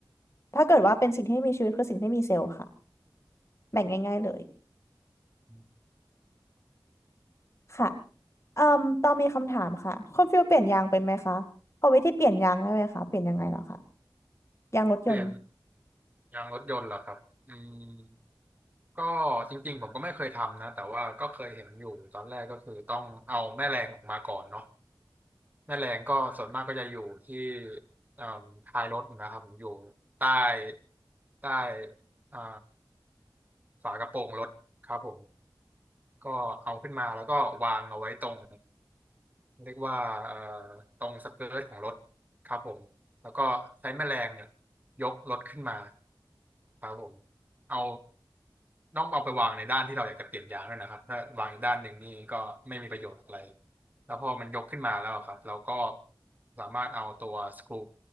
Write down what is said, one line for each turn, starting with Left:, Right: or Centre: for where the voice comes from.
Left: ถ้าเกิดว่าเป็นสิ่งที่มีชีวิตคือสิ่งที่มีเซลล์ค่ะแบ่งง่ายๆเลย
Right: อืม
Left: ค่ะเอืมตอนมีคำถามค่ะคุณฟิลเปลี่ยนยางเป็นไหมคะพอวิธีเปลี่ยนยางได้ไหมคะเปลี่ยนยังไงเหรอคะยางรถยนต์
Right: เปลี่ยนยางรถยนต์เหรอครับอืมก็จริงๆผมก็ไม่เคยทำนะแต่ว่าก็เคยเห็นอยู่ตอนแรกก็คือต้องเอาแม่แรงออกมาก่อนเนาะแม่แรงก็ส่วนมากก็จะอยู่ที่เอ่มท้ายรถนะครับผมอยู่ใต้ใต้อ่า ฝากระโปรงรถครับผมก็เอาขึ้นมาแล้วก็วางเอาไว้ตรงเรียกว่าเอ่อตรงสเกิร์ตของรถครับผมแล้วก็ใช้แมแรงเนี่ยยกรถขึ้นมาครับผมเอาต้องเอาไปวางในด้านที่เราอยากจะเปลี่ยนยางด้วยนะครับถ้าวางอีกด้านหนึ่งนี่ก็ไม่มีประโยชน์อะไรแล้วพอมันยกขึ้นมาแล้วครับเราก็สามารถเอาตัวสกรู